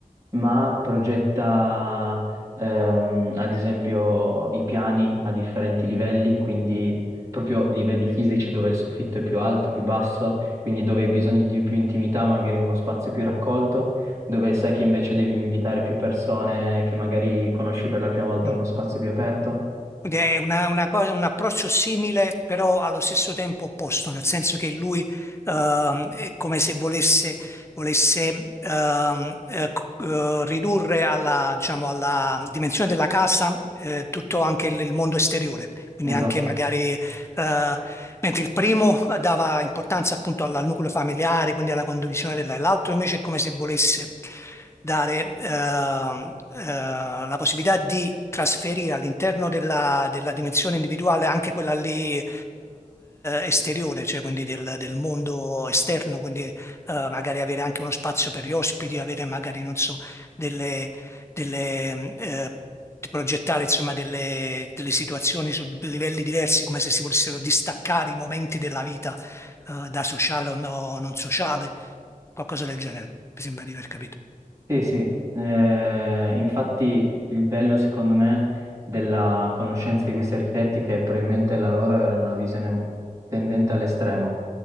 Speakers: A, on the right; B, on the left.
A: ma progetta, ehm, ad esempio, i piani a differenti livelli, quindi proprio livelli fisici dove il soffitto è più alto, più basso, quindi dove hai bisogno di più intimità, magari in uno spazio più raccolto dove sai che invece devi invitare più persone che magari conosci per la prima volta
B: Mm.
A: a uno spazio più aperto?
B: Quindi è una, una cosa, un approccio simile, però allo stesso tempo opposto, nel senso che lui ehm, è come se volesse, volesse, ehm, eh, c- eh, ridurre alla, diciamo, alla dimensione della casa eh, tutto anche il, il mondo esteriore, quindi
A: Esatto.
B: anche magari eh, Mentre il primo dava importanza appunto al nucleo familiare, quindi alla condivisione della, l'altro invece è come se volesse dare ehm, eh, la possibilità di trasferire all'interno della, della dimensione individuale anche quella lì eh, esteriore, cioè quindi del, del mondo esterno, quindi eh, magari avere anche uno spazio per gli ospiti, avere magari, non so, delle delle, mm, eh, di progettare insomma delle, delle situazioni su livelli diversi, come se si volessero distaccare i momenti della vita, eh, da sociale o no- non sociale, qualcosa del genere, mi sembra di aver capito.
A: Sì, sì. Eh, infatti il bello secondo me della conoscenza di questi architetti è che probabilmente la loro era una visione tendente all'estremo.